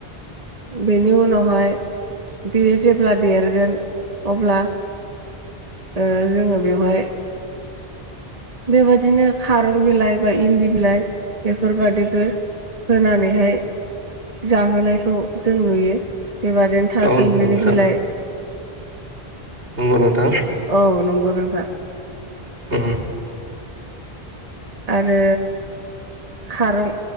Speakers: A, on the right; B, on the right.
A: बेनि उनावहाय बेयो जेब्ला देरगोन अब्ला ओ जोङो बेवहाय बेबादिनो खारं बिलाइ बा इन्दि बिलाइ बेफोरबादिबो होनानैहाय जाहोनायखौ जों नुयो बेबादिनो थासमब्लिनि
B: औ नंगौ नोंथां
A: बिलाइ
B: नंगौ नोंथां
A: औ नंगौ नोंथां
B: उम
A: आरो खारं